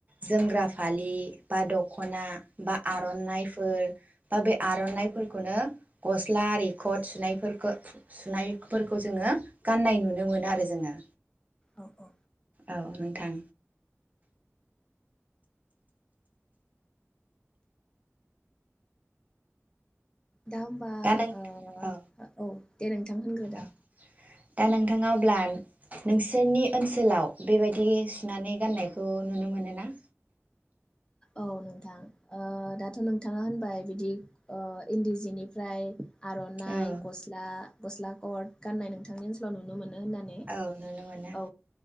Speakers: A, on the right; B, on the left.
A: जोमग्रा
B: औ
A: फालि बा दखना बा आरनाइफोर बा बे आरनाइफोरखौनो गस्ला आरि कट सुनाय फोरफोरखौ सुनाय फोरखौ जोंङो गाननाय नुनो मोनो आरो जोंङो
B: औ औ
A: औ थां
B: दा होमबा
A: दा नों
B: ओ
A: औ
B: औ दे नोंथां होनग्रोदो
A: औ दा नोंथाङा अब्ला नोंसोरनि ओनसोलाव बेबायदि
B: औ
A: सुनानै गाननाय खौ नुनो मोनोना
B: औ नोंथां ओ दाथ नोंथा थांङा होनबाय बिदि इन्दि जिनिफ्राय आरनाइ
A: औ
B: गस्ला गस्ला गथ गाननाय नोंथांनि ओनसोलाव नुनो मोनो होननानै
A: औ नुनो मोनो
B: औ